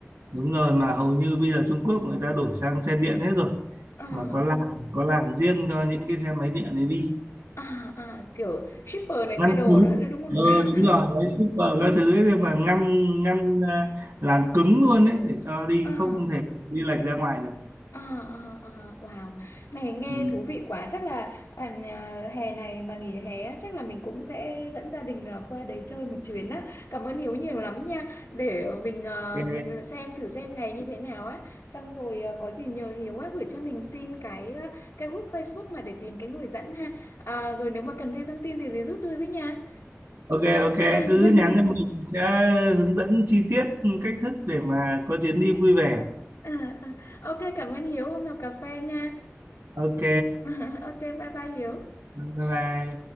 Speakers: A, on the right; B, on the left.
A: đúng rồi mà hầu như bây giờ Trung Quốc người ta đổi sang xe điện hết rồi
B: À,
A: mà có làn
B: à,
A: có làn riêng cho những cái xe máy điện ấy đi
B: à, à, à, kiểu shipper này
A: ngâm
B: kia đồ
A: cứng
B: nữa đấy đúng không?
A: ừ,
B: <laughs>
A: đúng rồi gói super các thứ ấy, nhưng mà ngâm ngâm à, làm cứng luôn đấy để cho đi
B: À,
A: không thể đi lệch ra ngoài được
B: À, à, à, wow, này nghe
A: ừ.
B: thú vị quá. Chắc là à, nhà- hè này mà nghỉ hè á, chắc là mình cũng sẽ dẫn gia đình à, qua đấy chơi một chuyến á. Cảm ơn Hiếu nhiều lắm nha. Để mình à,
A: ok
B: mình lại xem thử xem ngày như thế nào á. Xong rồi à, có gì nhờ Hiếu á gửi cho mình xin cái à, cái group Facebook mà để tìm cái người dẫn ha. À, rồi nếu mà cần thêm thông tin gì thì giúp tôi với nha.
A: ok ok ok,
B: <laughs>
A: cứ nhắn cho mình sẽ hướng dẫn chi tiết cách thức để mà có chuyến đi vui vẻ
B: À, à, ok, cảm ơn Hiếu. Hôm nào cà phê nha.
A: ok
B: <laughs> Ok, bye bye Hiếu.
A: bye bye